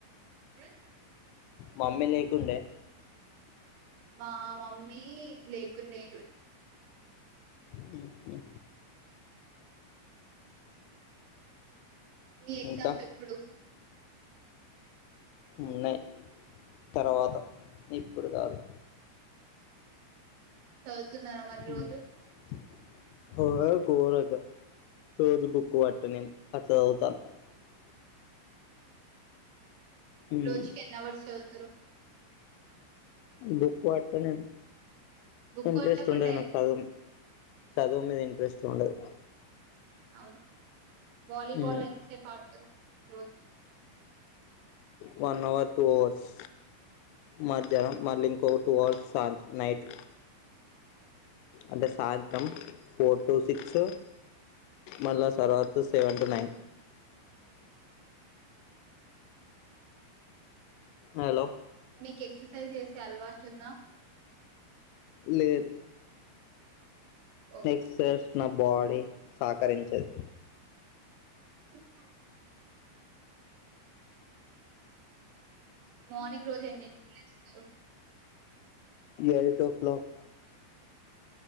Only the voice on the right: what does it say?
హు
మా మమ్మీ లేకునే
మీ ఎగ్జామ్స్
ఎప్పుడు
చదువుతున్నారా మరి
రోజు
రోజుకి ఎన్ని అవర్స్ చదుతరు
బుక్
కొట్టకుండా
అవున వాలీబాల్
ఎంత సేప్ ఆడ్తరు రోజు
మీక్ ఎక్సర్సైజ్ చేసే అలవాటుందా?
ఓ
చేస్తాను. మార్నింగ్ రోజు ఎన్నీటి లేస్తరు.